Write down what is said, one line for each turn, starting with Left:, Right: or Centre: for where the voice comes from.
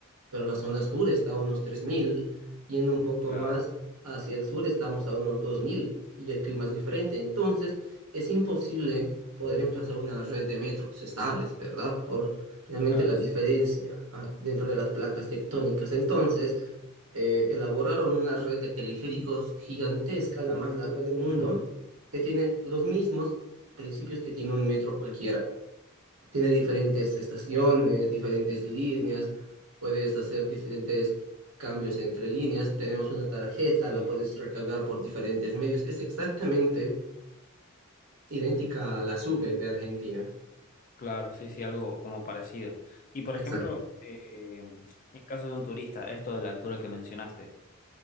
Right: pero la zona sur está a unos 3.000. Yendo un poco
Left: Claro,
Right: más hacia el sur estamos a unos 2.000 y el clima es diferente. Entonces, es imposible poder emplazar una red de metros estables, ¿verdad? Por realmente
Left: claro,
Right: la diferencia
Left: sí, sí.
Right: ah, dentro de las placas tectónicas. Entonces, eh, elaboraron una red de teleféricos gigantesca, la más larga del mundo
Left: Ujú.
Right: que tiene los mismos principios que tiene un metro cualquiera. Tiene diferentes estaciones, diferentes líneas, puedes hacer diferentes cambios entre líneas. Tenemos una tarjeta,
Left: Sí.
Right: la puedes recargar por diferentes medios. Es exactamente idéntica a la SUBE de Argentina.
Left: Claro, sí, sí, algo como parecido. Y por
Right: Exacto.
Left: ejemplo, eh, en caso de un turista, esto de la altura que mencionaste,